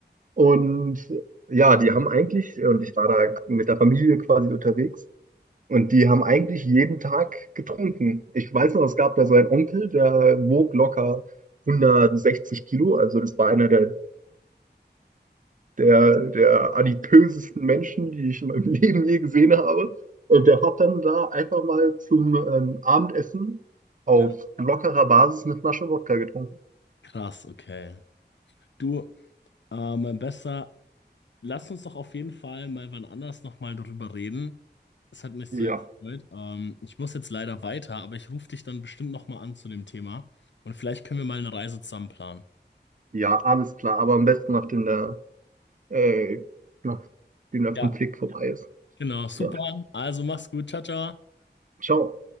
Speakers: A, on the right; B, on the left.
A: und ja, die haben eigentlich, und ich war da mit der Familie quasi unterwegs, und die haben eigentlich jeden Tag getrunken. Ich weiß noch, es gab da so einen Onkel, der wog locker 160 Kilo, also das war einer der der, der adipösesten Menschen, die ich in meinem <laughs> Leben je gesehen habe. Und der hat dann da einfach mal zum ähm, Abendessen auf
B: Ja.
A: lockerer Basis eine Flasche Wodka getrunken.
B: Krass, okay. Du, ähm, besser. Lass uns doch auf jeden Fall mal wann anders nochmal darüber reden. Es hat mich
A: Ja,
B: sehr gefreut. Ähm, ich muss jetzt leider weiter, aber ich rufe dich dann bestimmt nochmal an zu dem Thema. Und vielleicht können wir mal eine Reise zusammen planen.
A: ja, alles klar, aber am besten nachdem der, äh, nachdem der
B: Ja,
A: Konflikt vorbei ist.
B: genau, super.
A: Ja,
B: Also mach's gut. Ciao, ciao.
A: ciao.